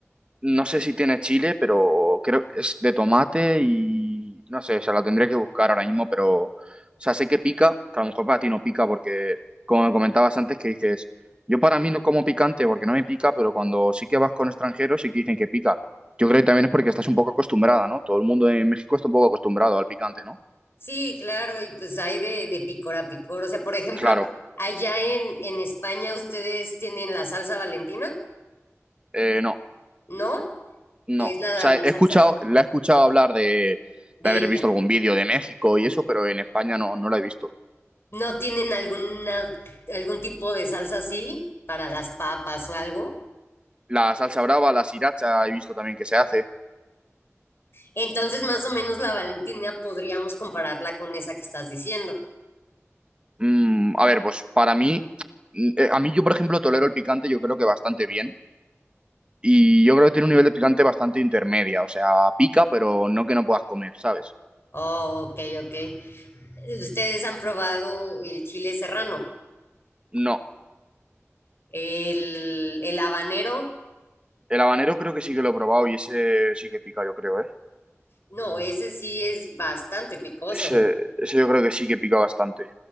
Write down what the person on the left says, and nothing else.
Sí, claro, y pues hay de, de picor a picor. O sea, por ejemplo,
allá en, en España ustedes tienen la salsa Valentina,
¿no?
Que
es la,
la
salsa
de
ella.
¿No tienen alguna, algún tipo de salsa así para las papas o algo?
Entonces, más o menos la Valentina podríamos compararla con esa que estás diciendo.
Oh, ok, ok. Ustedes han probado el chile serrano.
El, el habanero,
no, ese sí es bastante picoso.